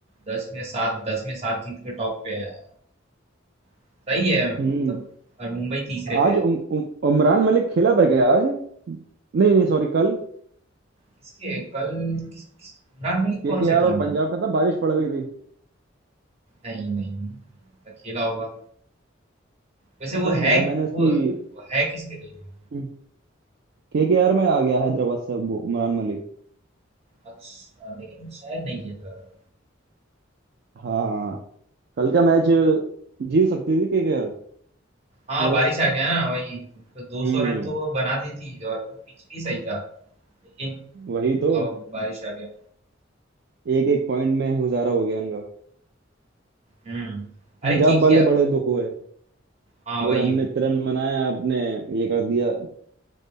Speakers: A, on the right; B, on the right.
A: दस में सात दस में सात जीत के टॉप पे है सही है
B: हम्म
A: तब और मुंबई तीसरे
B: आज
A: पे है
B: उम, उम, उमरान मलिक खेला था क्या आज नहीं नहीं सॉरी कल
A: किसके कल किस, किस, इमरान मलिक
B: केकेआर
A: कौन से टीम
B: और पंजाब
A: है
B: का था बारिश पड़ गई थी
A: नहीं नहीं नहीं नहीं लगता खेला होगा वैसे
B: पता
A: वो
B: नहीं
A: है
B: यार मैंने उसकी
A: वो वो है किसके टीम में
B: हम्म, केकेआर में आ गया हैदराबाद से अब वो उमरान मलिक
A: अच्छा लेकिन शायद नहीं खेल रहा था
B: हाँ कल का मैच जीत सकती थी केकेआर
A: हाँ
B: या तो
A: बारिश आ गया ना वही उनको दो
B: हम्म
A: सौ रन तो वो बना देती और वो पिच भी सही था लेकिन
B: वही तो
A: अब बारिश आ गया
B: एक एक पॉइंट में गुजारा हो गया इनका
A: हम्म
B: पंजाब
A: अरे के
B: वाले
A: किया
B: बड़े दुख हुए
A: हाँ
B: बोले
A: वही
B: हमने तिरन बनाया आपने ये कर दिया